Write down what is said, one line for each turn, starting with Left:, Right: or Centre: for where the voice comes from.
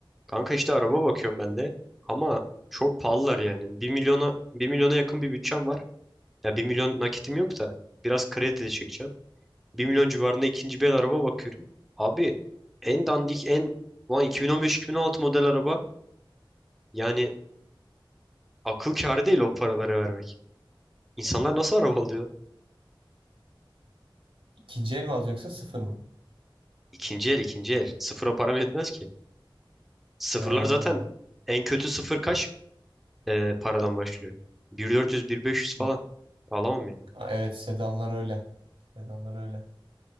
Centre: Kanka işte araba bakıyorum ben de. Ama çok pahalılar yani. bir milyona bir milyona yakın bir bütçem var. Ya bir milyon nakitim yok da biraz kredi de çekeceğim. bir milyon civarında ikinci bir el araba bakıyorum. Abi en dandik en lan 2015-2016 model araba yani akıl kârı değil o paraları vermek. İnsanlar nasıl araba alıyor?
Right: İkinci el mi alacaksın sıfır mı?
Centre: İkinci el ikinci el. Sıfıra param yetmez ki. Sıfırlar
Right: Ha.
Centre: zaten en kötü sıfır kaç e, paradan başlıyor? bin dört yüz bin beş yüz
Right: İ-
Centre: falan. Alamam ya.
Right: Aa, Evet sedanlar öyle. Sedanlar öyle.